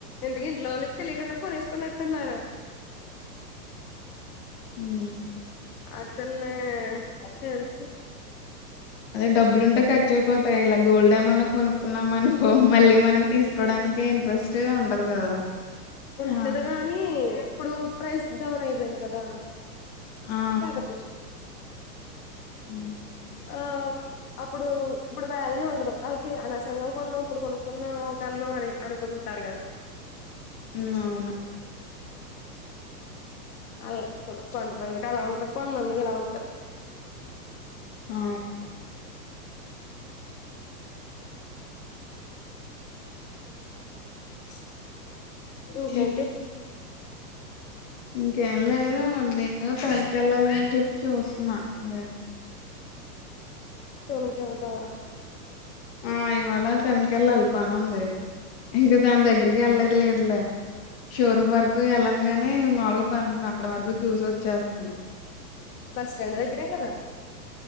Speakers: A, on the left (about 65°); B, on the left (about 40°).
A: అంతుకే ఇంట్లో వాళ్ళకి తెలీకుండా కాన్స్ కొనుతున్నారు
B: ఉమ్
A: అతనే తెలిసి
B: అది డబ్బుంటే కాట్ కార్చేపోతాయి ఇలా గోల్డె ఏమయినా కొను కున్నాం అనుకో మళ్ళీ మనం తీసుకోడానికే ఇంట్రెస్ట్ ఉండదు కదా
A: ఉంటది
B: ఆ!
A: గాని ఇప్పుడు ప్రైస్ డౌన్ అయిపోయింది కదా
B: ఆ!
A: పేపర్ తెచ్చుకొని
B: అ
A: ఆ అప్పుడు ఇప్పుడు వాల్యూ ఉండదు వాళ్ళకి అనవసరంగా కొన్నాం ఇప్పుడు కొనుక్కున్నా కన్నాం అని అనుకుంటారు కదా
B: హ్మ్. అవును
A: అలా కొంతమందికి అలా ఉంటది కొంతమందికి అలా ఉంటారు
B: ఆ
A: స ఇకాంటే
B: ఇప్ ఇంకేం లేదు వాళ్ళ నేను తల్ ల చూసన్నా ఏ
A: చ ను త తాల
B: ఆ ఇవాళ తనక వెళ్ళాలి పని ఉంది ఇంకా దాని దగ్గరికి వెళ్ళదు లేదులే షోరూమ్ వరకు వెళ్ళను గాని మాములుగు పని ఉంది అక్కడ వరకు చూసి వచ్చేస్తాం
A: బస్ స్టాండ్ దగ్గరే కద